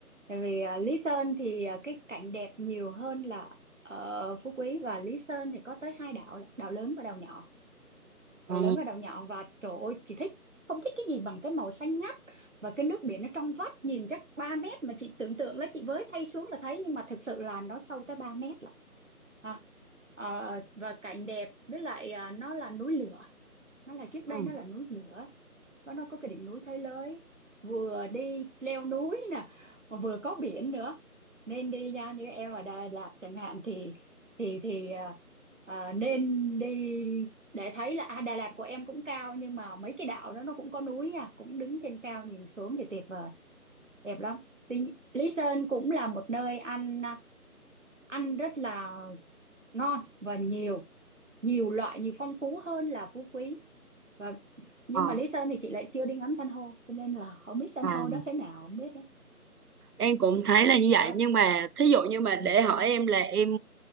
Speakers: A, on the right; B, on the right.
A: Tại vì à, Lý Sơn thì à, cái cảnh đẹp nhiều hơn là ở Phú Quý và Lý Sơn thì có tới hai đảo, là đảo lớn và đảo nhỏ
B: Ồ.
A: rồi lớn ở đầu nhọn và trời ơi chị thích không thích cái gì bằng cái màu xanh ngắt và cái nước biển nó trong vắt nhìn chắc 3 mét mà chị tưởng tượng là chị với tay xuống là thấy nhưng mà thực sự là nó sâu tới 3 mét lận à, ờ, và cảnh đẹp với lại à, nó là núi lửa nó là trước
B: Ừ.
A: đây nó là núi lửa nó nó có cái đỉnh núi Thới Lới vừa đi leo núi nè mà vừa có biển nữa nên đi ra như em ở Đà Lạt chẳng hạn thì thì thì à, à, nên đi để thấy là à, Đà Lạt của em cũng cao nhưng mà mấy cái đảo đó nó cũng có núi nha cũng đứng trên cao nhìn xuống thì tuyệt vời đẹp lắm Tuy, nhi- Lý Sơn cũng là một nơi ăn à, ăn rất là ngon và nhiều nhiều loại nhiều phong phú hơn là Phú Quý và nhưng
B: Ờ.
A: mà Lý Sơn thì chị lại chưa đi ngắm san hô cho nên là không biết san
B: À.
A: hô đó thế nào không biết đấy
B: Em cũng thấy là như vậy
A: đó
B: nhưng mà thí dụ như mà
A: ừ.
B: để hỏi em là em